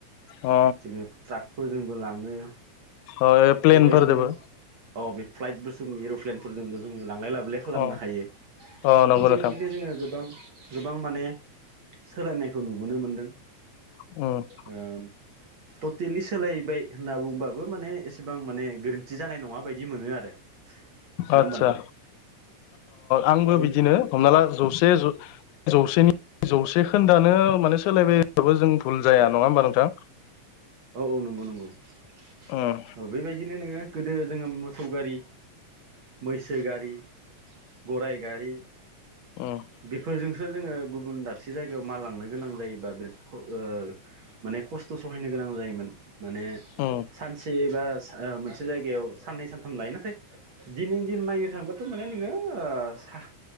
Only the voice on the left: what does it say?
अ
अ प्लेनफोरजोंबो
अ
अ नंगौ
नोंथां
औ।
आदसा
आंबो
बिदिनो हमना ला जौसे जौसेनि जौसे खोन्दानो माने सोलायबाय <unintelligible> बाबो जों बुल जाया नङा होमबा नोंथां?
उम
उम
उम